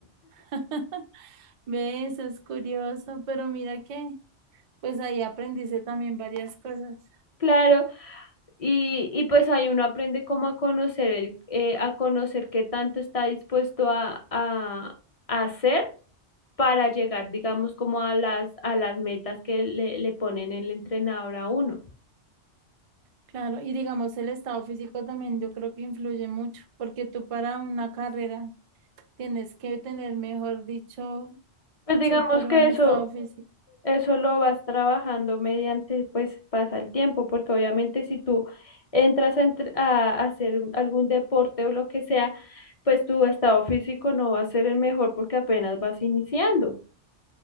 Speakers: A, on the right (about 55°); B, on the left (about 35°).
A: <laughs> Ve, eso es curioso, pero mira que pues ahí aprendiste también varias cosas.
B: Claro, y, y pues ahí uno aprende cómo a conocer el, eh, a conocer qué tanto está dispuesto a, a- a hacer para llegar, digamos, como a las, a las metas que le, le ponen el entrenador a uno.
A: Claro, y digamos el estado físico también yo creo que influye mucho, porque tú para una carrera tienes que tener, mejor dicho,
B: Pues digamos
A: súper
B: que
A: buen
B: eso,
A: estado físico.
B: eso lo vas trabajando mediante, pues pasa el tiempo, porque obviamente si tú entras a, entre- a hacer un- algún deporte o lo que sea, pues tu estado físico no va a ser el mejor porque apenas vas iniciando.